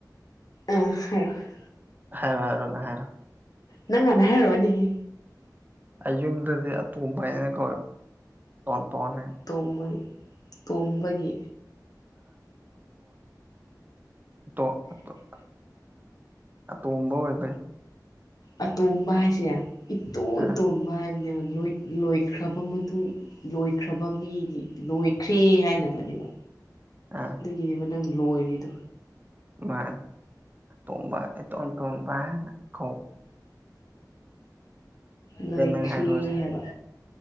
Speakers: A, on the left; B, on the right.
A: ꯑ ꯍꯥꯢꯔꯛꯑꯣ
B: ꯍꯥꯏꯔꯣ ꯍꯥꯏꯔꯣ ꯅꯪ ꯍꯥꯏꯔꯣ
A: ꯅꯪ ꯍꯥꯟꯅ ꯍꯥꯏꯔꯣꯅꯤꯍꯦ
B: ꯑꯩ ꯌꯨꯝꯗꯗꯤ ꯑꯇꯣꯝꯕ ꯍꯥꯏꯅ ꯀꯧꯋꯦꯕ ꯇꯣꯟ ꯇꯣꯟ ꯍꯥꯢꯅ
A: ꯇꯣꯝꯕ ꯇꯣꯝꯕꯒꯤ
B: ꯇꯣꯟꯕꯒꯤꯇꯣ <unintelligible> ꯑꯇꯣꯝꯕ ꯑꯣꯏꯕꯩ
A: ꯑꯇꯣꯝꯕ ꯍꯥꯏꯁꯦ ꯏꯇꯣꯟ
B: ꯑꯥ
A: ꯇꯣꯕ ꯍꯥꯏꯕꯅꯦꯕ ꯂꯣꯏꯈ꯭ꯔꯕ ꯃꯇꯨꯡ ꯂꯣꯏꯈ꯭ꯔꯕ ꯃꯤꯗꯤ ꯂꯣꯏꯈ꯭ꯔꯦ ꯍꯥꯏꯅ ꯑꯃꯅꯦꯕ
B: ꯑꯥ
A: ꯑꯗꯨꯒꯤꯅꯦꯕ ꯅꯪ ꯂꯣꯏꯔꯤꯗꯣ
B: ꯃꯥꯅꯦ ꯇꯣꯝꯕ ꯑꯦꯇꯣꯟ ꯇꯣꯟꯕ ꯍꯥꯢꯅ ꯀꯧꯕ
A: ꯂꯣꯏꯈ꯭ꯔꯦ
B: ꯅꯪ ꯍꯥꯏꯔꯛꯑꯣꯁꯦ
A: ꯍꯥꯏꯕ